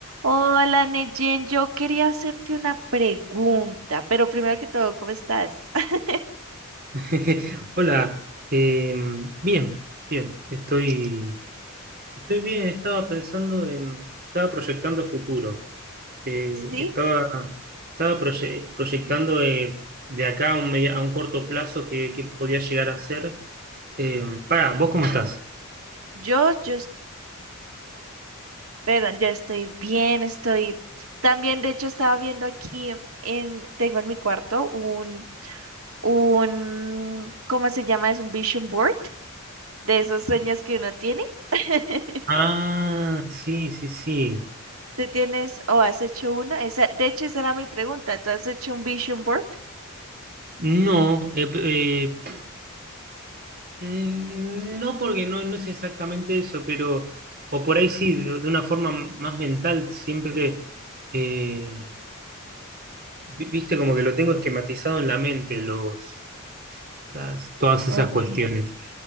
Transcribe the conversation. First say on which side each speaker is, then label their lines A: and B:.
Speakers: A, on the right (about 75°); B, on the right (about 45°).
A: Hola, Neyen, yo quería hacerte una pregunta, pero primero que todo, ¿cómo estás? <laughs>
B: <laughs> Hola, eh, bien, bien, estoy, estoy bien, estaba pensando en, estaba proyectando futuro, Eh,
A: Sí,
B: estaba, estaba proye- proyectando eh, de acá a un, media- a un corto plazo que, que podía llegar a ser. Eh, pará, ¿vos cómo estás?
A: yo, yo, es- perdón, yo estoy bien, estoy también, de hecho, estaba viendo aquí en, tengo en mi cuarto un, un, ¿cómo se llama? Es un vision board de esos sueños que uno tiene. <laughs>
B: Ah, sí, sí, sí.
A: ¿Tú tienes o has hecho uno? Esa, de hecho, esa era mi pregunta. ¿Tú has hecho un vision board?
B: No, eh, eh, Mm, No porque no, no es exactamente eso, pero, o por ahí sí, de, de una forma m- más mental, siempre, eh, vi- viste, como que lo tengo esquematizado en la mente, los, las- todas
A: Okay,
B: esas cuestiones.